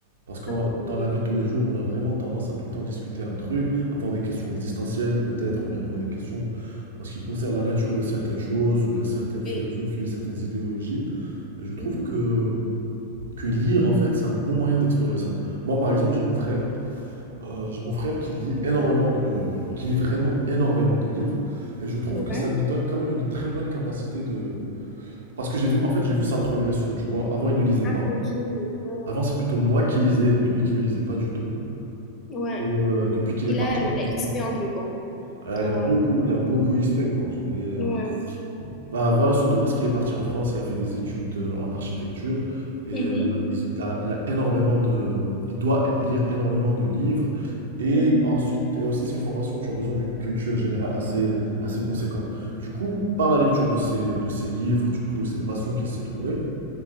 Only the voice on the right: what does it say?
Parce que
dans la
vie de tous les jours, on a vraiment tendance à tout le temps discuter un truc, avoir des questions existentielles peut-être, ou bien avoir des questions en ce qui concerne la nature de certaines choses ou bien certaines philosophies,
certaines idéologies. je trouve
que, que lire, en fait, c'est un bon moyen d'explorer ça. Moi, par exemple, j'ai mon frère, euh, j'ai mon frère qui lit énormément de, qui lit vraiment énormément de livres, et je trouve
que ça lui donne quand même une très bonne capacité de, parce que j'ai vu, en fait, j'ai vu sa progression, tu vois. Avant, il ne lisait
pas.
Avant, c'est plutôt moi qui lisais et lui qui ne lisait pas du tout.
Et euh, depuis qu'il
est parti
en
France,
euh, il
a beaucoup, il a beaucoup XP, quoi. Genre, il est,
Bah voilà, surtout parce qu'il est parti en France, il a fait des études euh, en architecture et
euh, il, il a, il a énormément de, il doit lire énormément de livres et
ensuite et aussi c'est une formation où tu as besoin d'une culture générale assez assez conséquente. Du coup, par la lecture de ces de ces livres, du coup cette passion qu'il s'est trouvée,